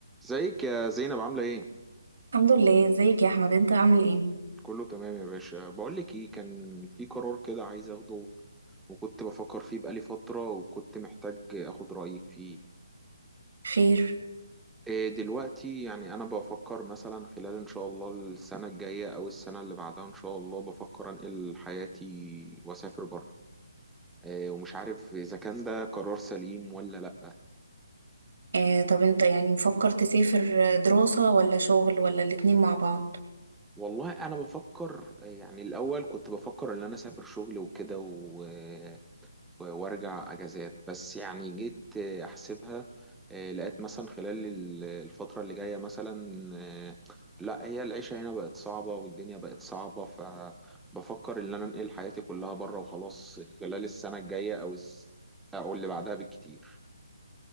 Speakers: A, in the centre; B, on the right.
A: ازيك يا زينب عاملة ايه؟
B: الحمد لله ازيك يا احمد انت عامل ايه
A: كله تمام يا باشا بقولك ايه كان في قرار كده عايز اخده وكنت بفكر فيه بقالي فترة وكنت محتاج اخد رأيك فيه
B: خير
A: إيه دلوقتي يعني انا بفكر مثلا خلال ان شاء الله السنة الجاية او السنة اللي بعدها ان شاء الله بفكر انقل حياتي واسافر بره إيه ومش عارف اذا كان ده قرار سليم ولا لا
B: آه طب انت يعني مفكر تسافر دراسة ولا شغل ولا الاتنين مع بعض
A: والله انا بفكر آه، يعني الاول كنت بفكر ان انا اسافر شغل وكده و- وارجع اجازات بس يعني جيت آه، احسبها آه، لقيت مثلا خلال ال- الفترة اللي جاية مثلا آه، لا هي العيشة هنا بقت صعبة والدنيا بقت صعبة فبفكر ان انا انقل حياتي كلها بره وخلاص خلال السنة الجاية او الس- او اللي بعدها بالكتير